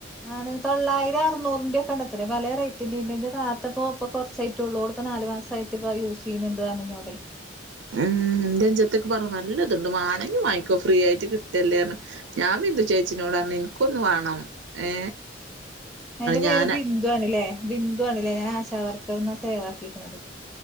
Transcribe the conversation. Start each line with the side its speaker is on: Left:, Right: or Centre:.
Centre: ആണ് തൊള്ളായിരം അറുന്നൂറിന്റെക്കെണ്ടത്രേ പലെ റേ <unintelligible> ന്റെ താത്തപ്പോ ഇപ്പൊ കൊർച്ചായിട്ടുള്ളൂ ഓള് ഇപ്പൊ നാല് മാസായിട്ട് ഇപ്പ യൂസ്യ്യുന്നുണ്ട് പറഞ്ഞു ന്നോടെ.
Right: ഉം ഇന്റെ അൻജത്തിക്കെ പറഞ്ഞു നല്ല ഇതുണ്ട് മാണെങ്കി മാങ്ങിക്കോ ഫ്രീ ആയിട്ട് കിട്ടല്ലേറഞ്ഞു ഞാൻ ബിന്ദു ചേച്ചിനോട് പറഞ്ഞു ഇൻക്കൊന്ന് വേണം ഏ
Centre: അയിന്റെ പേര്
Right: ഞാൻ
Centre: ബിന്ദു ആണ്ലേ ബിന്ദു ന്ദു ആണ്ലേ ഞാൻ ആശാവർക്കർന്നാ സേവാക്കിക്ക്ണത്.